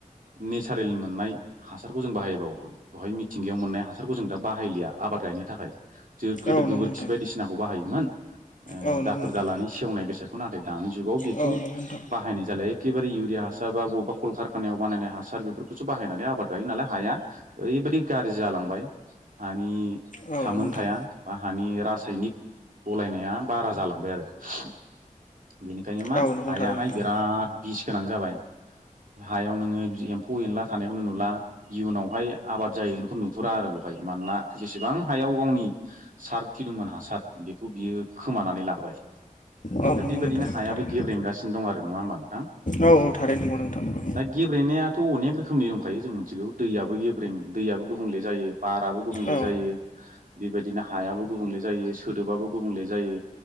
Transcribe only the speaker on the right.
नेसारेल मोननाय हासारखौ जों बाहायबावो बेहाय मिथिंगायाव मोननाय हासारखौ जों दा बाहायलिया आबाद गायनो थाखाय । जो गोदो
गोबोरखि
बायदिसिनाखौ बाहायोमोन ओ
दाखोर
दालानि सेवनाय बेसादखौ नाथाय दानि जुगाव बेखौ
बाहायनाय जालाय एखेबे इउरिया हासार बबेबा कलकारखानायाव बानायनाय हासार बेफोरखौसो बायनानै आबाद गायो नालाय हाया ओरैबायाददि गाज्रि जालांबाय हानि
थामोन
थाया बा हानि रास सायनिक गलायनाया बारा जालांबाय आरो । बेनिखायनो मा
हायाहाय
बिराद बिस गोनां जाबाय । हायाव नोङो बिदि एम्फौ एनला थानायखौनो नुला इयुनावहाय आबाद जायो बेखौ नुहुरा आरो। बेवहाय मानोना जेसेबां हायाव गावनि सारखि दंमोन हासार बेखौ बियो खोमानानै लाबाय ।
दा
बेबायदिनो
हायाबो
गेब्रेंगासिनो दं आरो नङा होमबा नोंथां
दा गेब्रेनायाथ' अनेक रोखोमनि दंखायो जों मिथिगौ दैयाबो गेब्रें दैयाबो गुबुंले जायो बाराबो गुबुंले
जायो बेबाय दिनो हायाबो गुबुंले जायो सोदोबाबो गुबुंले जायो